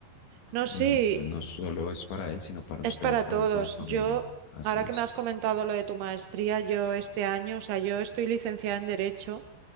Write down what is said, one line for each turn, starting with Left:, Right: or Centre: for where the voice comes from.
Right: No,
Left: mm,
Right: sí,
Left: no solo es para él, sino para
Right: es
Left: ustedes
Right: para
Left: también
Right: todos.
Left: como familia.
Right: Yo,
Left: Así
Right: ahora que
Left: es.
Right: me has comentado lo de tu maestría, yo este año, o sea, yo estoy licenciada en Derecho.